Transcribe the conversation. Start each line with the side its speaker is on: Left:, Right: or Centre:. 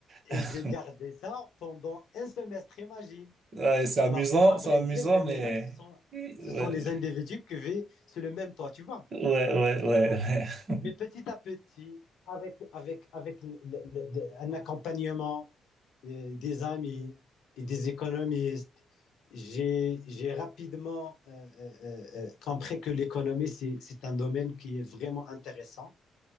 Left: et
Right: <laughs>
Left: j'ai gardé ça pendant un semestre, imagine.
Right: Ouais, c'est amusant,
Left: Alors qu'à
Right: c'est
Left: vrai
Right: amusant,
Left: dire, les ménages,
Right: mais
Left: ce sont,
Right: ouais,
Left: ce sont les individus qui vivent sur le même toit, tu vois.
Right: ouais, ouais, ouais. ouais.
Left: Mais petit à petit, avec, avec, avec le- le- le- un accompagnement, euh, des amis et des économistes. J'ai j'ai rapidement euh, euh, euh, euh, compris que l'économie, c'est c'est un domaine qui est vraiment intéressant.